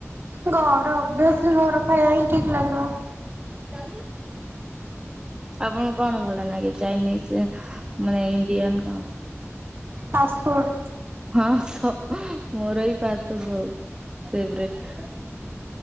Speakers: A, on the right; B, on the right.
A: ଘର ଅଭିଅସଲି ଘର ଖାଇବା ହିଁ ଠିକ ଲାଗିବ।
B: ର ଆପଣଙ୍କୁ କଣ ଭଲ ନାଗେ ଚାଇନିଜ ମାନେ ଇଣ୍ଡିଆନ କଣ?
A: ଫାଷ୍ଟଫୁଡ୍।
B: ହଁ ଶ ମୋର ବି ଫାଷ୍ଟଫୁଡ୍ ବହୁତ ଫେବ୍ରେଟ।